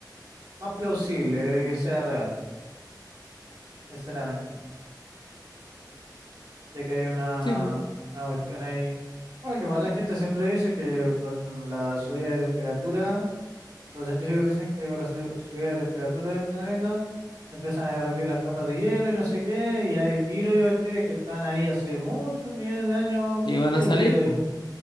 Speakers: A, on the right; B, on the left.
A: más plausible de que sea real, sinceramente, de que hay una,
B: Sí, po.
A: una cuestión ahí. Bueno, que igual la gente siempre dice que con la subida de temperatura Los científicos dicen que con la su- subida de temperatura del planeta empiezan a derretir las capas de hielo y no sé qué, y hay virus y bacterias que están ahí hace muchos millones de años ocultos
B: Y van a
A: y
B: salir,
A: que
B: po.